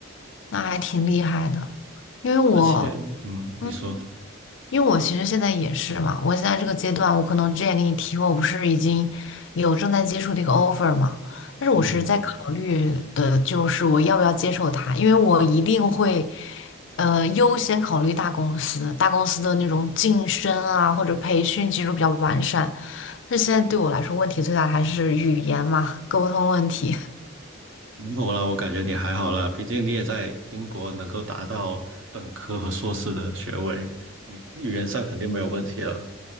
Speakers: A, on the left; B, on the right.
A: 那还挺厉害的。因为我，
B: 而且，嗯，
A: 嗯，
B: 你说，
A: 因为我其实现在也是嘛，我现在这个阶段，我可能之前给你提过，我不是已经有正在接触的一个 offer 嘛，但是我是在考虑的就是我要不要接受它，
B: 嗯，
A: 因为我一定会，呃，优先考虑大公司，大公司的那种晋升啊或者培训技术比较完善，但是现在对我来说问题最大还是语言嘛，沟通问题。
B: 没有啦，我感觉你还好啦，毕竟你也在英国能够达到本科和硕士的学位，你语言上肯定没有问题了。